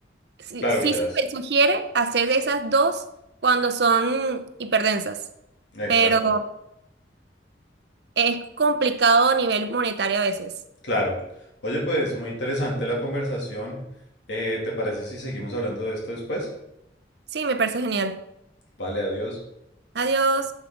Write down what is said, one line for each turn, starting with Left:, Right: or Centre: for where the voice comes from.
Right: sí,
Left: claro
Right: sí
Left: que ya
Right: se
Left: es.
Right: me sugiere hacer esas dos cuando son hiperdensas,
Left: Exacto.
Right: pero es complicado a nivel monetario a veces.
Left: Claro. Oye, pues muy interesante la conversación. Eh, ¿te parece si seguimos hablando de esto después?
Right: Sí, me parece genial.
Left: Vale, adiós.
Right: Adiós.